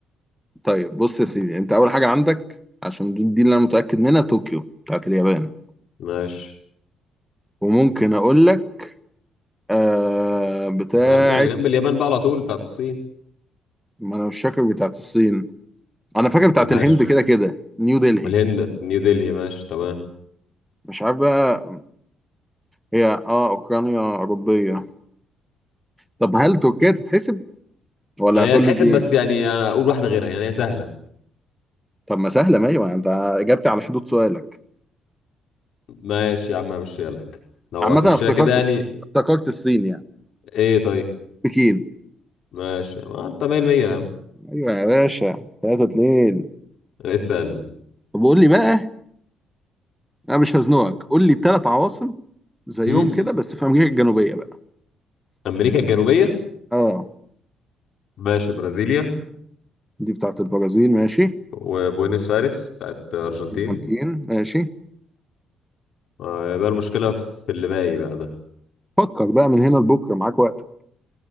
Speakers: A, in the centre; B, on the left (about 65°).
A: طيب بص يا سيدي انت اول حاجه عندك عشان دي دي اللي انا متاكد منها طوكيو بتاعت اليابان
B: ماشي
A: وممكن اقول لك آه بتاعت
B: آه يا عم اللي جنب اليابان بقى على طول بتاعت الصين
A: ما انا مش فاكر بتاعت الصين انا فاكر بتاعت
B: ماشي
A: الهند كده كده نيو دلهي
B: الهند نيو دلهي ماشي تمام
A: مش عارف بقى هي اه اوكرانيا اوروبيه طب هل تركيا تتحسب ولا
B: آه، هي
A: هتقول
B: تحسب
A: لي دي
B: بس يعني انا اقول واحدة غيرها يعني هي سهلة
A: طب ما سهله ما ايوه انت اجبت على حدود سؤالك
B: ماشي يا عم همشيها لك لو
A: عامه
B: هتمشيها
A: انا افتكرت
B: كده يعني
A: الص... افتكرت الصين يعني
B: ايه طيب
A: بكين
B: ماشي ما انت 100% يا عم
A: ايوه يا باشا 3 2
B: اسأل
A: طب قول لي بقى انا مش هزنقك قول لي ثلاث عواصم زيهم
B: هم
A: كده بس في امريكا الجنوبيه بقى
B: امريكا الجنوبية
A: اه
B: ماشي برازيليا
A: دي بتاعت البرازيل ماشي
B: وبوينس ايرس بتاعت ارجنتين
A: الارجنتين ماشي
B: آه يبقى المشكلة في اللي باقي بقى ده
A: فكر بقى من هنا لبكره معاك وقت